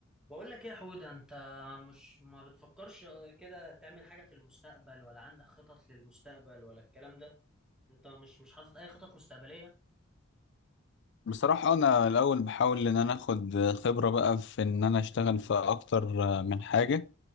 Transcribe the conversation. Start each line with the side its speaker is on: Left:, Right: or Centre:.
Centre: بقول لك ايه يا حود انت مش ما بتفكرش كده تعمل حاجة في المستقبل ولا عندك خطط للمستقبل ولا الكلام ده انت مش مش حاطط اي خطط مستقبلية
Left: بصراحة أنا الأول بحاول إن أنا آخد خبرة بقى في إن أنا أشتغل في أكتر من حاجة